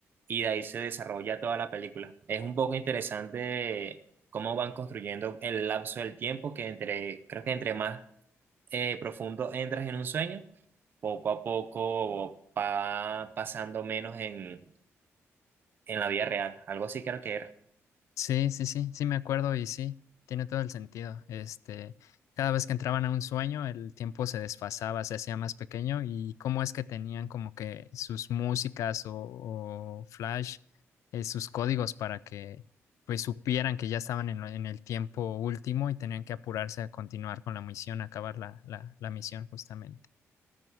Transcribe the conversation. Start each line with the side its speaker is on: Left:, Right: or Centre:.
Right: y de ahí se desarrolla toda la película. Es un poco interesante cómo van construyendo el lapso del tiempo, que entre, creo que entre más eh, profundo entras en un sueño, poco a poco va pasando menos en, en la vida real, algo así creo que era.
Left: Sí, sí, sí, sí me acuerdo y sí, tiene todo el sentido. Este, cada vez que entraban a un sueño, el tiempo se desfasaba, se hacía más pequeño y cómo es que tenían como que sus músicas o, o flash, eh, sus códigos para que pues supieran que ya estaban en, lo- en el tiempo último y tenían que apurarse a continuar con la misión, a acabar la, la, la misión justamente.